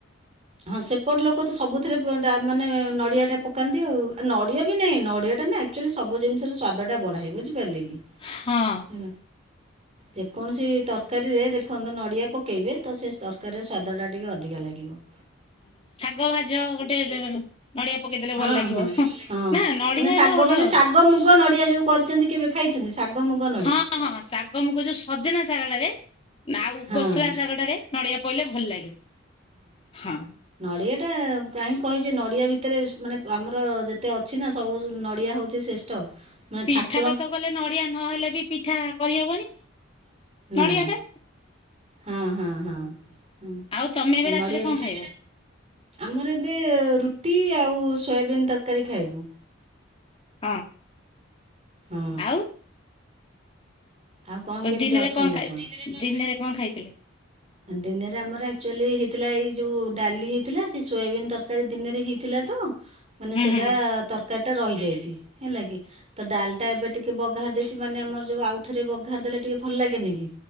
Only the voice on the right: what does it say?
ହଁ ସେପଟେ ଲୋକ ତ ସବୁଥିରେ ଡ଼ା ମାନେ ନଡ଼ିଆଟା ପକାନ୍ତି ଆଉ ନଡ଼ିଆ ବି ନାହିଁ ନଡ଼ିଆଟା ନା ଏକ୍ଟୁଆଲି ସବୁ ଜିନିଷର ସ୍ଵାଦଟା ବଢାଏ ବୁଝିପାରିଲେ କି?
ହଁ। ଯେକୌଣସି ତରକାରୀରେ ଦେଖନ୍ତୁ ନଡିଆ ପକେଇବେ ତ ସେ ତରକାରୀର ସ୍ଵାଦ ଟା ଟିକେ ଅଧିକା ଲାଗିବ। ଲାଗିବ।
ହଁ
ହଁ ହଁ
ମାନେ ଶାଗ
ମାନେ ଶାଗ ମୁଗ ନଡ଼ିଆ ଯଉ କରିଛନ୍ତି କେବେ ଖାଇଛନ୍ତି? ଶାଗମୁଗ
ନାଉ
ନଡ଼ିଆ ଟା କାହିଁକି କହିଛି ନଡ଼ିଆ ଭିତରେ ମାନେ ଆମର ଯେତେ ଅଛି ନା ସବୁ ନଡ଼ିଆ ହଉଛି ଶ୍ରେଷ୍ଠ। ମୁଁ
ଠାକୁ
ନା
ହଁ ହଁ ହଁ ହଁ
ନଡିଆ
ଗୋଟେ
ଆମର ଏବେ ରୁଟି ଆଉ ସୋୟାବିିନ ତରକାରୀ ଖାଇବୁ।
ହଁ।
ଆଉ କଣ କେମିତି
ଅଛନ୍ତି
ଆପଣ?
ଦିନରେ ଆମର ଆକ୍ଚୁଆଲି ହେଇଥିଲା ଏଇ ଯୋଉ ଡାଲି ହେଇଥିଲା ସେ ସୋୟାବିନ୍ ତରକାରୀ ଦିନରେ ହେଇ ଥିଲା ତ ମାନେ
ସେଇଟା
ତରକାରୀଟା ରହିଯାଇଚି ହେଲା କିି ତ ଡାଲିଟା ଏବେ ଟିକେ ବଘା ଘାରି ଦେଇଚି ମାନେ ଆମର ଯୋଉ ଆଉଥରେ ବଘାରି ଦେଲେ ଟିକେ ଭଲ ଲାଗେନି କି